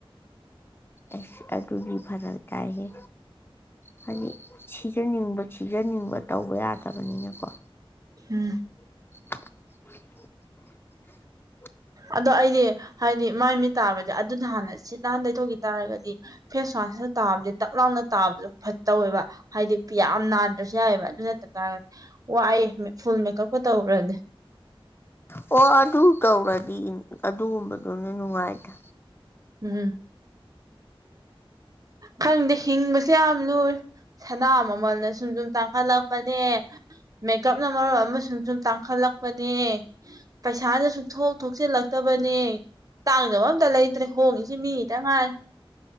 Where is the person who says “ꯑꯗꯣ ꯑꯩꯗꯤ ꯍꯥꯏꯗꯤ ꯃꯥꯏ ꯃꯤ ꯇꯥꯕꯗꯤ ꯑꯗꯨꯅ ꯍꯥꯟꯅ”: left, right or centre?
Right